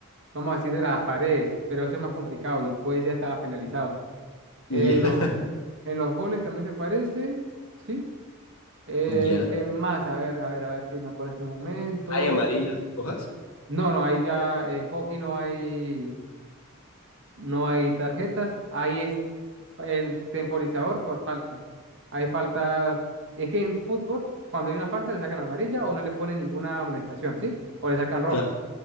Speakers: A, on the right (about 55°); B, on the left (about 70°).
A: vamos a decir, de las paredes, pero eso es más complicado y puede ser hasta penalizado. Eh,
B: Ya,
A: los,
B: <laughs>
A: en los goles también se parece, ¿sí? Eh,
B: ya.
A: ¿qué más? A ver, a ver, a ver, que me acuerdo de este momento.
B: ¿Hay amarillas, rojas?
A: No, no, ahí ya en hockey no hay. no hay tarjetas, ahí es el temporizador por falta. Hay faltas, es que en fútbol, cuando hay una falta, le sacan amarilla o no le ponen ninguna amonestación, ¿sí? O le sacan roja.
B: Claro,